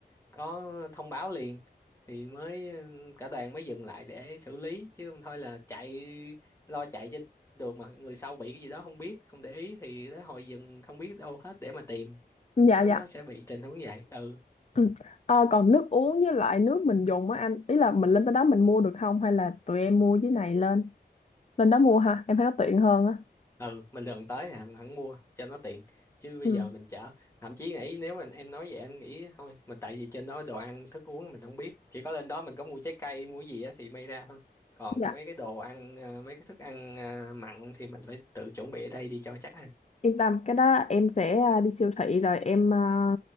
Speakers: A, on the left; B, on the left.
A: có thông báo liền thì mới cả đoàn mới dừng lại để xử lý chứ không thôi là chạy lo chạy trên được mà người sau bị cái gì đó không biết không để ý thì nó hồi dừng không biết đâu hết để mà tìm
B: dạ
A: nó
B: dạ
A: nó sẽ bị tình huống vậy ừ
B: ừ. Ờ, còn nước uống với lại nước mình dùng á anh ý là mình lên tới đó mình mua được không hay là tụi em mua dưới này lên lên đó mua ha em thấy nó tiện hơn á
A: ừ mình lần tới thì hẳn hẳn mua cho nó tiện chứ bây
B: ừ.
A: giờ mình chở thậm chí nghĩ nếu mà em nói vậy em nghĩ thôi mà tại vì trên đó đồ ăn thức uống mình không biết chỉ có lên đó mình có mua trái cây mua gì á thì may ra thôi còn
B: dạ
A: mấy cái đồ ăn ờ, mấy cái thức ăn ờ, mặn thì mình phải tự chuẩn bị ở đây đi cho chắc ăn
B: Yên tâm, cái đó em sẽ à, đi siêu thị rồi em à,